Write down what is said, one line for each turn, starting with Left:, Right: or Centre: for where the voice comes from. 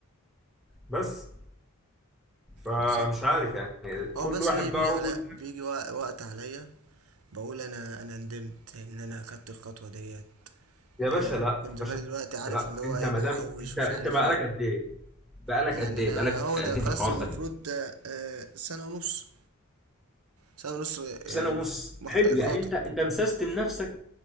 Centre: بس فمش
Right: خلاص يعني.
Centre: عارف يعني
Right: هو
Centre: كل
Right: بس
Centre: واحد
Right: بي-
Centre: بقى
Right: بيجي
Centre: هو-
Right: على بيجي وق- وقت عليا بقول انا انا ندمت ان انا اخدت الخطوة ديت
Centre: يا
Right: آه
Centre: باشا لا
Right: كنت
Centre: يا
Right: زمان
Centre: باشا
Right: دلوقتي عارف
Centre: لا
Right: اللي هو
Centre: انت
Right: ايه
Centre: ما
Right: بحوش
Centre: دام انت
Right: ومش
Centre: انت
Right: عارف
Centre: بقالك
Right: ايه
Centre: قد ايه بقالك
Right: يعني
Centre: قد
Right: انا
Centre: ايه بقالك
Right: هو
Centre: قد
Right: ده خلاص
Centre: ايه في الحوار
Right: المفروض
Centre: ده
Right: آه، آه، سنة ونص سنة ونص آه،
Centre: سنة ونص
Right: مخ-
Centre: حلو
Right: آه، خاطب
Centre: يعني انت انت مسستم نفسك